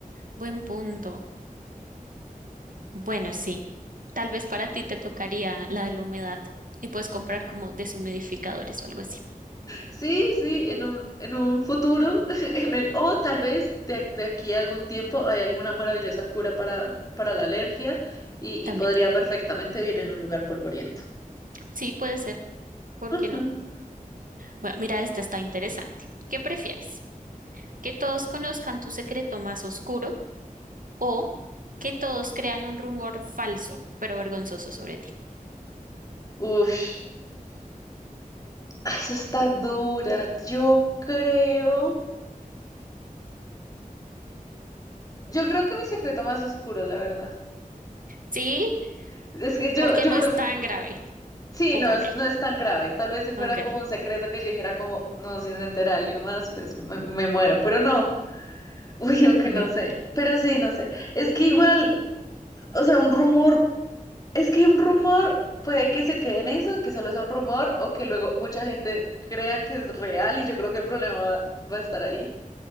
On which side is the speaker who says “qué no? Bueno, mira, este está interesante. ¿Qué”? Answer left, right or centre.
Right